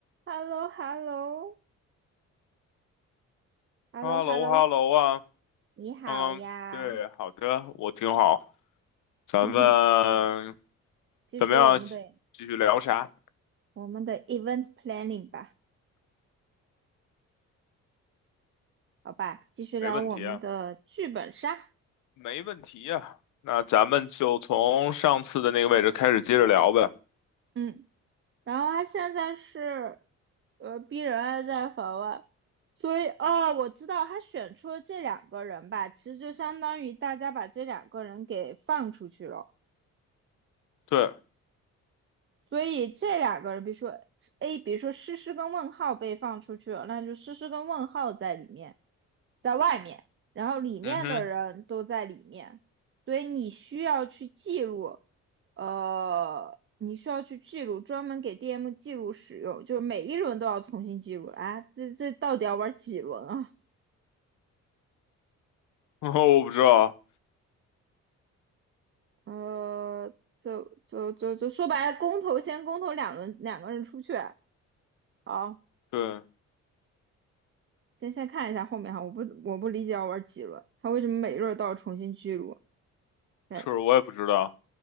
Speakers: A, on the right; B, on the left.
A: h e l l o h e l l o h e
B: h
A: l l
B: e
A: o h
B: l l o
A: e l l
B: h
A: o
B: e l l o 啊，
A: 你好呀，
B: 刚刚对，好的，我挺好。咱们
A: <laughs> 继续我们的
B: 怎么样？继继续聊啥？
A: 我们的 event planning 吧，好吧，继续聊我们的剧本杀，
B: 没问题啊，没问题呀、那咱们就从上次的那个位置开始接着聊呗。
A: 嗯，然后他现在是，呃逼人还在法外，所以哦，我知道他选出了这两个人吧，其实就相当于大家把这两个人给放出去了。
B: 对，
A: 所以这两个人，比如说 A，比如说诗诗跟问号被放出去了，那就诗诗跟问号在里面，在外面，然后里面的人都在里面，
B: 嗯哼，
A: 所以你需要去记录，呃，你需要去记录，专门给 DM 记录使用，就是每一轮都要重新记录啊，哎这这到底要玩几轮啊？
B: <laughs> 我不知道，
A: 呃，就就就就说白了，公投先公投两轮，两个人出去，好。
B: 对，
A: 先先看一下后面哈，我不我不理解要玩几轮，他为什么每轮都要重新记录？对，
B: 是我也不知道。